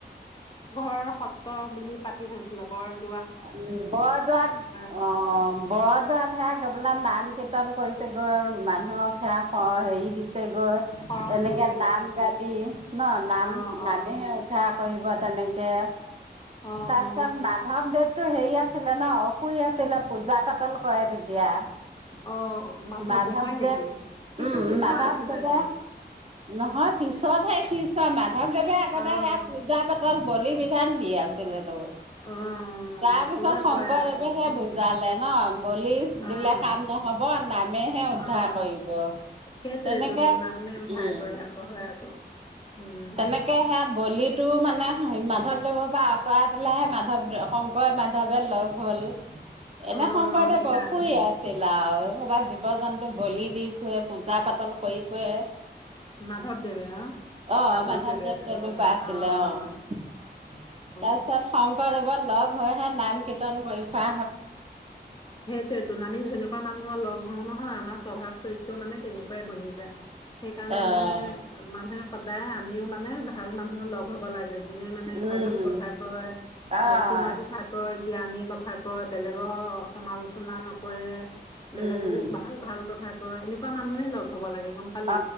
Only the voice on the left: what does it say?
ৰ সত্ৰ বুলি পাতি থৈছিলে বৰ
সত-
শৰণ
দিছে গ
অ অ
অ
অ
অ
হয় নেকি কিন্তু
শিষ্য
আছিলে তোন
অ
অ
পূজা
কৰে আৰু তেওঁ, উম,
অ',
অ',
সেইটোৱেইতো
নামে উদ্ধাৰ
কৰে আকৌ, হয় আকৌ, উম,
অ',
সেইকাৰণেহে,
মাধৱ দেৱ অ
মাধৱদেৱে,
অ',
অ',
অ'।
সেইটোয়টো আমি যেনেক এনেকুৱা মানুহৰ লগ হওঁ নহয় আমাৰ স্বভাৱ চৰিত্ৰ মানে তেনেকুৱাই বনি যায় সেইকাৰণে
মানে মানুহে সদায় আমিও মানে ভাল মানুহৰ লগ হ'ব লাগে যোনে মানে
ভাল ভাল কথা কয়
ভক্তিময় কথা কয় জ্ঞানীৰ কথা কয় বেলেগৰ সমালোচনা নকৰে বেলেগো
ভাল ভাল কথা কয় এনেকুৱা মানুহে লগ হ'ব লাগে গম পালি